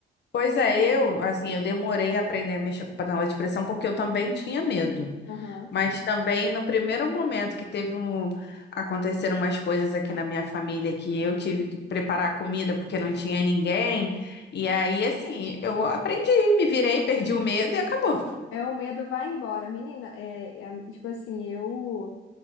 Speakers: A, on the left (about 60°); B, on the left (about 80°).
A: Pois é, eu, assim, eu demorei a aprender a mexer com panela de pressão porque eu também tinha medo.
B: Aham.
A: Mas também no primeiro momento que teve um, aconteceram umas coisas aqui na minha família que eu tive que preparar a comida porque não tinha ninguém. E aí, assim, eu aprendi, me virei, perdi o medo e acabou.
B: É, o medo vai embora, menina. É, é, tipo assim, eu